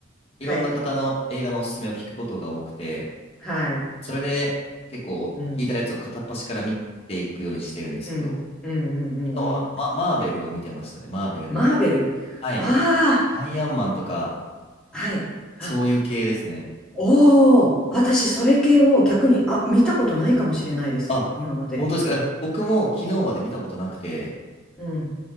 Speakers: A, on the left; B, in the centre.
A: いろんな方の映画のおすすめを聞くことが多くて、
B: はい、はい、
A: それで結構聞いたやつを片っ端から見ていくようにしてるんですけど、
B: うん、うん、うん、うん、うんうん。
A: 昨日はあのマ、マーベルを見てましたね。マーベルの。
B: マーベル。
A: はい。
B: あ
A: アイアンマンとか、
B: あ、はい。あ、
A: そういう系ですね。
B: おお、私、それ系を逆に、あ、見たことないかもしれないです。
A: あ、
B: 今まで。
A: 本当ですか。え僕も昨日まで見たことなくて、
B: うん、